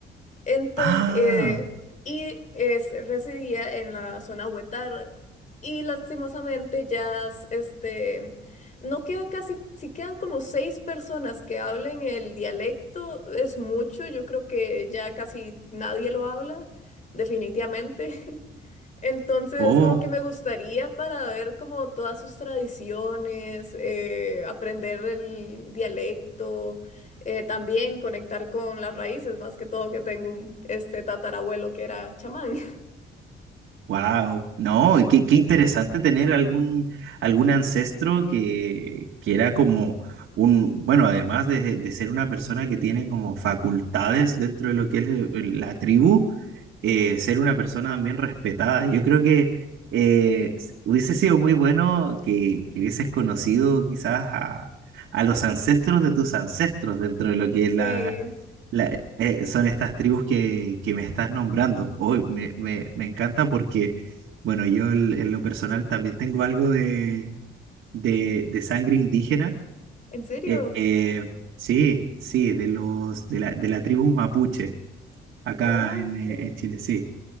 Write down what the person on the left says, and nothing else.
Entonces,
eh, y es, residía en la zona Huetar. Y lastimosamente ya, s- este, no queda casi, si quedan como seis personas que hablen el dialecto, es mucho, yo creo que ya casi nadie lo habla, definitivamente. Entonces,
como que me gustaría para ver como todas sus tradiciones, eh, aprender el dialecto, eh, también conectar con las raíces, más que todo que tengo un este tatarabuelo que era chamán. <laughs>
Sí,
sí,
¿en serio?
Ok,